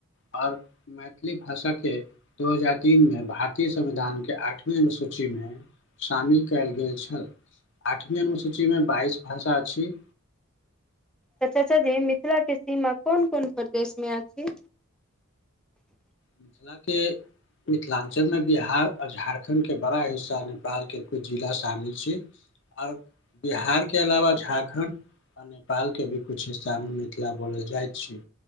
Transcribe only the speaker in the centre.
तऽ चाचाी मिथिला के सीमा कोन- कोन प्रदेश मे अछि।